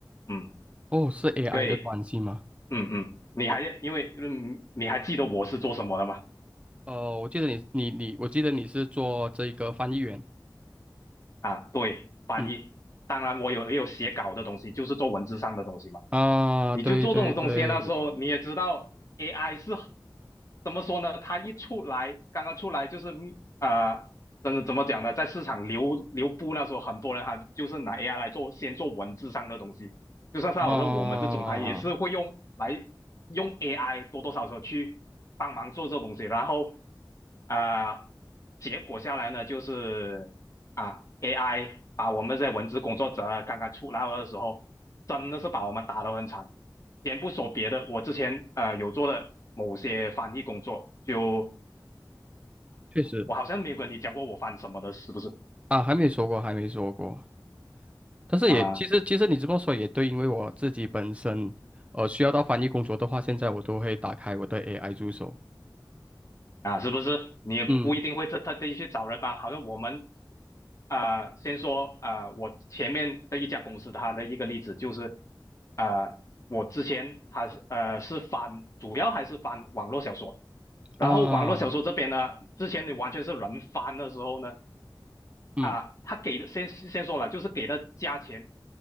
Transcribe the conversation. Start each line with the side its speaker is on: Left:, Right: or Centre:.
Left: 嗯，
Right: 哦，是 AI
Left: 对，
Right: 的关系吗？
Left: 嗯嗯，你还因为嗯你还记得我是做什么的吗？
Right: 哦，我记得你你你，我记得你是做这个翻译员。
Left: 啊，对，翻译。
Right: 嗯
Left: 当然，我有也有写稿的东西，就是做文字上的东西嘛。
Right: 啊，
Left: 你就做这种东西，
Right: 对对对，
Left: 那时候你也知道，AI 是怎么说呢？它一出来，刚刚出来就是呃，真的怎么讲呢？在市场流流布那时候，很多人他就是拿 AI 来做，先做文字上的东西。就像像我说我们这种，
Right: 啊，
Left: 他也是会用来用 AI 多多少少去帮忙做这东西，然后啊、呃结果下来呢，就是啊，AI 把我们这些文字工作者啊刚刚出来的时候，真的是把我们打得很惨。先不说别的，我之前呃有做的某些翻译工作，就
Right: 确实
Left: 我好像没有跟你讲过我翻什么的，是不是
Right: 啊，还没说过，还没说过。但是也其实其实你这么说也对，
Left: 啊？
Right: 因为我自己本身呃需要到翻译工作的话，现在我都会打开我的 AI 助手。
Left: 啊，是不是？你也不一定会特特地去找人吧？
Right: 嗯
Left: 好像我们啊、呃先说啊、呃我前面的一家公司，它的一个例子就是，呃，我之前它是呃是翻，主要还是翻网络小说，然后网络小说这边呢，
Right: 啊，
Left: 之前你完全是人翻的时候呢，
Right: 嗯
Left: 啊、他给的先先说了，就是给的价钱，